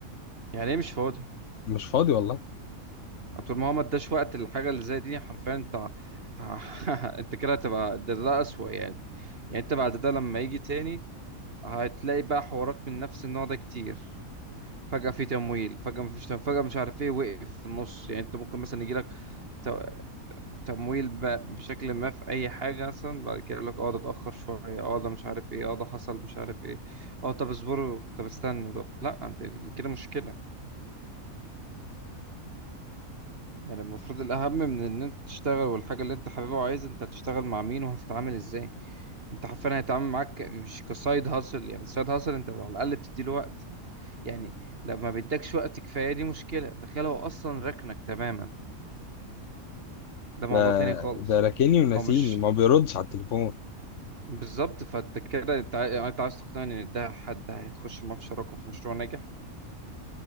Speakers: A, on the right (about 40°); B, on the left (about 60°).
A: يعني ايه مش فاضي
B: مش فاضي والله
A: طول ما هو ما اداش وقت للحاجه اللي زي دي حرفيا انت <laughs> انت كده هتبقى ده, ده اسوأ يعني يعني انت بعد ده لما يجي تاني هتلاقي بقى حوارات من نفس النوع ده كتير فجأة في تمويل فجأة مفيش تمويل فجأة مش عارف ايه وقف في النص يعني انت ممكن مثلا يجيلك ت- تمويل ب- بشكل ما في اي حاجة مثلا بعد كده يقول لك اه ده اتأخر شوية اه ده مش عارف ايه اه ده حصل مش عارف ايه اه طب اصبروا طب استنوا طب لا انت- دي كده مشكلة يعني المفروض الأهم من إن أنت تشتغل والحاجة اللي أنت حاببها وعايز أنت هتشتغل مع مين وهتتعامل إزاي أنت حرفيا هيتعامل معاك ك- مش كسايد هاسل يعني السايد هاسل أنت على الأقل بتديله وقت يعني لو ما بيدكش وقت كفاية دي مشكلة تخيل هو أصلا ركنك تماما ده موضوع
B: ده
A: تاني خالص
B: ده راكني وناسيني
A: هو مش
B: ما بيردش على التليفون
A: بالظبط فأنت كده أنت عاي- يعني أنت عايز تقنعني إن ده حد هيتخش معاه في شراكة في مشروع ناجح